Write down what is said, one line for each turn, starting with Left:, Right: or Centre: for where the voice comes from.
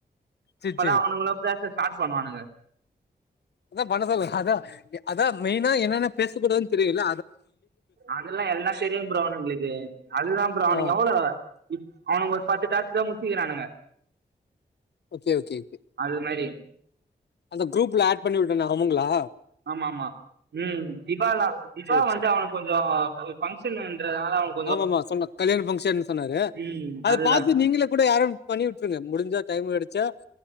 Left: சரி
Right: அப்பதா
Left: சரி
Right: அவனுங்களு பேச ஸ்டார்ட் பண்ணுவானுங்க
Left: அதா பன்ன சொன்னே அதா அதா மெயினா என்னென்ன பேசக்கூடாதுன்னு தெரியுல்ல
Right: அதெல்லா எல்லா செரியும் ப்ரோ அவுனுங்களுக்கு அதுதா ப்ரோ அவனுங்க
Left: ஆ
Right: எவ்ளோ அவனு ஒரு பத்து டாஸ்தா முச்சிக்கிறானுங்க
Left: ஓகே ஓகே ஓகே
Right: அது மாரி
Left: அந்த குரூப்ல ஆட் பண்ணி விட்டேனே அவுங்களா
Right: ஆமா ஆமா ம் திபால்லா திபா
Left: சரி
Right: வந்து
Left: சரி
Right: அவனுக்கு கொஞ்சம் பங்க்ஷன்றதுனால அவனு
Left: ஆமா ஆமா சொன்னா கல்யாண பங்க்ஷன் சொன்னாரு
Right: ம்
Left: அத
Right: அதுதா
Left: பாத்து நீங்கள கூட யாரு பண்ணி விட்டுருங்க முடிஞ்சா டைம் கடைச்சா